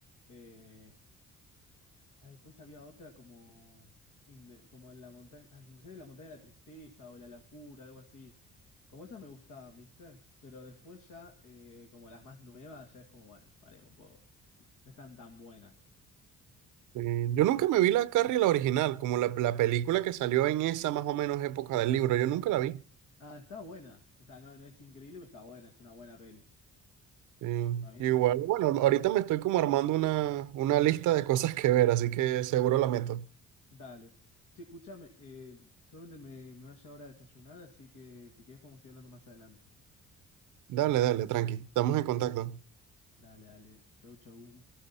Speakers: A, on the left; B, on the right.
A: Eh... Ah, después había otra como, in the- como en la montaña. Ay, me sale la montaña de la tristeza o la locura, algo así. Como esas me gustaban, ¿viste? Pero después ya, eh, como las más nuevas, ya es como, bueno, paremos un poco. No están tan buenas.
B: Eh, yo nunca me vi la Carrie, la original, como la, la película que salió en esa más o menos época del libro. Yo nunca la vi.
A: Ah, está buena. O sea, no, no es increíble, pero está buena, es una buena peli.
B: Sí,
A: Para mí
B: igual, bueno, ahorita me estoy como armando una, una lista de cosas que ver, así que seguro la meto.
A: Dale. Che, escuchame, eh, solamente me, me vaya ahora a desayunar, así que si querés podemos ir hablando más adelante.
B: Dale, dale, tranqui, estamos en contacto.
A: Dale, dale. Chau, chau.